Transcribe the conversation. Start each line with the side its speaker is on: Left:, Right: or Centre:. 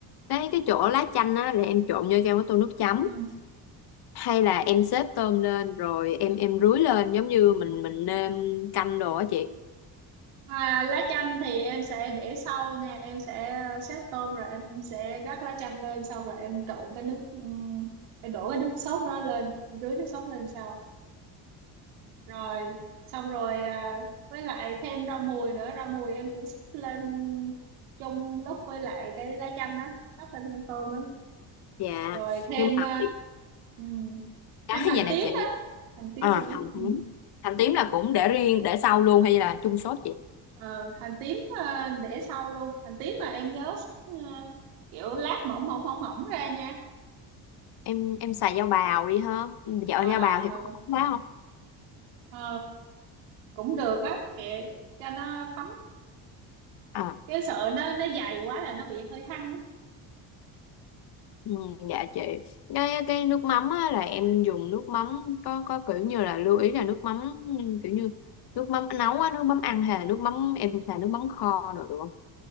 Left: cái cái chỗ lá chanh á là em trộn vô trong cái tô nước chấm
Right: Ừ.
Left: hay là em xếp tôm lên rồi em em rưới lên giống như mình mình nêm canh đồ á chị
Right: À, lá chanh thì em sẽ để sau nha em sẽ ờ, xếp tôm rồi em sẽ rắc lá chanh lên xong rồi em trộn cái nước ừm, em đổ cái nước sốt đó lên em rưới nước sốt lên sau rồi xong rồi à, với lại thêm rau mùi nữa rau mùi em cũng xúc lên chung lúc với lại cái lá chanh đó rắc lên con tôm đó
Left: dạ
Right: rồi thêm
Left: nhưng mà
Right: à,
Left: cái
Right: ừm,
Left: cái
Right: thêm hành
Left: vậy nè
Right: tím
Left: chị
Right: đó hành tím
Left: à
Right: nữa
Left: hành
Right: Ừ.
Left: tím hành tím là cũng để riêng để sau luôn hay là chung sốt chị
Right: ờ hành tím ờ, để sau luôn hành tím mà em nhớ ờ, kiểu lát mỏng mỏng mỏng mỏng ra nha
Left: em em xài dao bào đi ha Ừ, dạo
Right: à
Left: dao bào
Right: à
Left: thì có
Right: ừ
Left: ngon quá không
Right: Ờ, cũng được á kệ cho nó thấm
Left: à
Right: chứ sợ nó nó dày quá là nó bị hơi hăng á
Left: ừ, dạ chị cái cái nước mắm á, là em dùng nước mắm có có kiểu như là lưu ý là nước mắm ừ, kiểu như nước mắm nấu á, nước mắm ăn hay là nước mắm em xài nước mắm kho rồi được không